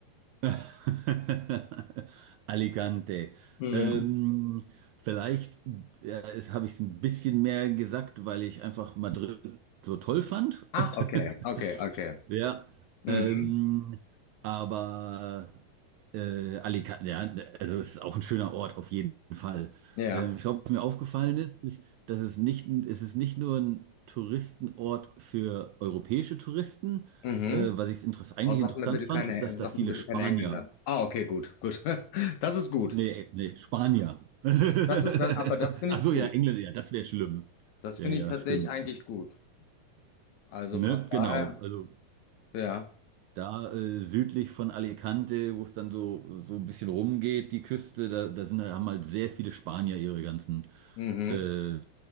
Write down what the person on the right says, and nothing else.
<laughs> Alicante.
Ähm, vielleicht ja, habe ich es ein bisschen mehr gesagt, weil ich einfach Madrid so toll fand.
<laughs>
Ja,
ähm, aber äh, Alicante, ja, also es ist auch ein schöner Ort auf jeden Fall.
Ähm, ich glaube, was mir aufgefallen ist, ist, dass es nicht, es ist nicht nur ein Touristenort für europäische Touristen.
Äh, was ich interess eigentlich
interessant
fand,
ist, dass
da
viele
Spanier,
nee, nee, Spanier.
<laughs>
Ach
so,
ja, Engländer, ja, das wäre schlimm.
Ja,
ja,
stimmt.
Ne,
genau. Also
Da äh, südlich von Alicante, wo es dann so, so ein bisschen rumgeht, die Küste, da, da sind, haben halt sehr viele Spanier ihre ganzen
äh,